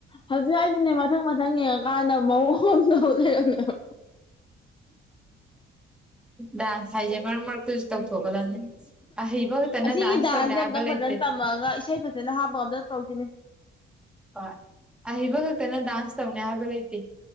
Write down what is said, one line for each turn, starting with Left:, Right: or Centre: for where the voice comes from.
Left: ꯍꯧꯖꯤꯛ ꯑꯩꯗꯨꯅꯦ ꯃꯊꯪ ꯃꯊꯪ ꯌꯦꯡꯉꯀꯥꯟꯗ ꯃꯑꯣꯡ ꯑꯃ ꯇꯧ ꯂꯩꯔꯝꯃꯦꯕ
Centre: ꯗꯥꯟꯁ ꯍꯥꯏꯁꯦ ꯃꯔꯛ ꯃꯔꯛꯇꯁꯨ ꯇꯧꯊꯣꯛꯀꯗꯕꯅꯤ ꯑꯍꯩꯕ ꯈꯛꯇꯅ
Left: ꯑꯁꯤꯒꯤ
Centre: ꯗꯥꯟꯁ
Left: ꯗꯥꯟꯁꯁꯦ
Centre: ꯇꯧꯅꯤ ꯍꯥꯏꯕ
Left: ꯑꯝꯇꯪ
Centre: ꯂꯩꯇꯦ
Left: ꯐꯖꯅ ꯇꯝꯃꯒ ꯏꯁꯩ ꯐꯖꯅ ꯍꯥꯞꯄꯒ ꯑꯝꯇ ꯇꯧꯁꯤꯅꯦ
Centre: ꯍꯣꯏ ꯑꯍꯩꯕ ꯈꯛꯇꯅ ꯗꯥꯟꯁ ꯇꯧꯅꯤ ꯍꯥꯏꯕ ꯂꯩꯇꯦ